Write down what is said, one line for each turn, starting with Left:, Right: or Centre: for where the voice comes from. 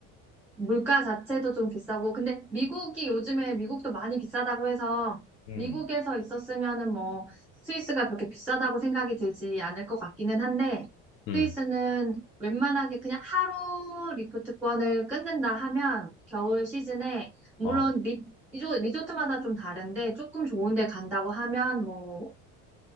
Centre: 물가 자체도 좀 비싸고, 근데 미국이 요즘에 미국도 많이 비싸다고 해서
Left: 음.
Centre: 미국에서 있었으면은 뭐 스위스가 그렇게 비싸다고 생각이 들지 않을 것 같기는 한데
Left: 음,
Centre: 스위스는 웬만하게 그냥 하루 리프트권을 끊는다 하면 겨울 시즌에 물론
Left: 어.
Centre: 리, 리조, 리조트마다 좀 다른데 조금 좋은 데 간다고 하면 뭐